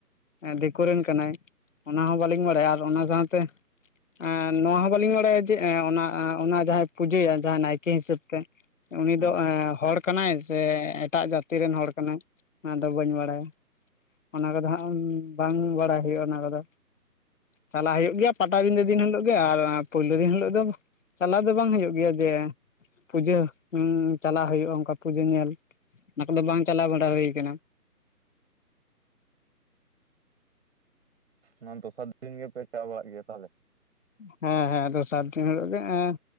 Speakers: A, on the left; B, on the right.
A: ᱫᱮᱠᱳ ᱨᱮᱱ ᱠᱟᱱᱟᱭ ᱚᱱᱟ ᱦᱚᱸ ᱵᱟᱞᱤᱧ ᱵᱟᱲᱟᱭᱟ ᱟᱨ ᱚᱱᱟ ᱥᱟᱶᱛᱮ᱾ ᱮᱸ ᱱᱚᱣᱟ ᱦᱚᱸ ᱵᱟᱞᱤᱧ ᱵᱟᱲᱟᱭᱟ ᱡᱮ ᱮᱸ ᱚᱱᱟ ᱚᱱᱟ ᱡᱟᱸᱦᱟᱭ ᱯᱩᱡᱟᱹᱭᱟ ᱡᱟᱸᱦᱟ ᱱᱟᱭᱠᱮ ᱦᱤᱥᱟᱹᱵ ᱛᱮ᱾ ᱩᱱᱤ
B: ᱦᱩᱸ
A: ᱫᱚ ᱮᱸ ᱦᱚᱲ ᱠᱟᱱᱟᱭ ᱥᱮ ᱮᱴᱟᱜ ᱡᱟᱛᱤ ᱨᱮᱱ ᱦᱚᱲ ᱠᱟᱱᱟᱭ ᱚᱱᱟᱫᱚ ᱵᱟᱹᱧ ᱵᱟᱲᱟᱭᱟ᱾ ᱚᱱᱟ ᱠᱚᱫᱚ ᱦᱟᱸᱜ ᱵᱟᱝ ᱵᱟᱲᱟᱭ ᱦᱳᱭᱳᱜ-ᱟ ᱚᱱᱟ ᱠᱚᱫᱚ ᱪᱟᱞᱟᱜ ᱦᱳᱭᱳᱜ ᱜᱮᱭᱟ᱾ ᱯᱟᱴᱟᱵᱤᱫᱟᱹ ᱫᱤᱱ ᱦᱤᱞᱳᱜ ᱜᱮ ᱟᱨ ᱯᱳᱭᱞᱳ ᱫᱤᱱ ᱦᱤᱞᱳᱜ ᱫᱚ ᱪᱟᱞᱟᱣ ᱫᱚ ᱵᱟᱝ ᱦᱳᱭᱳᱜ ᱜᱮᱭᱟ ᱡᱮ᱾ ᱯᱩᱡᱟᱹ ᱪᱟᱞᱟᱜ ᱦᱳᱭᱳᱜ-ᱟ ᱚᱝᱠᱟ ᱯᱩᱡᱟᱹ ᱧᱮᱞ ᱚᱱᱟ ᱠᱚᱫᱚ ᱵᱟᱝ ᱪᱟᱞᱟ ᱵᱟᱲᱟ ᱦᱳᱭ ᱠᱟᱱᱟ᱾
B: ᱚᱱᱟ ᱫᱚᱥᱟᱨ ᱫᱤᱱ ᱜᱮᱯᱮ ᱪᱟ ᱵᱟᱲᱟᱜ ᱜᱮᱭᱟ ᱛᱟᱦᱞᱮ᱾
A: ᱦᱮᱸ ᱦᱮᱸ ᱫᱚᱥᱟᱨ ᱫᱤᱱ ᱦᱤᱞᱳᱜ ᱜᱮ ᱮᱸ᱾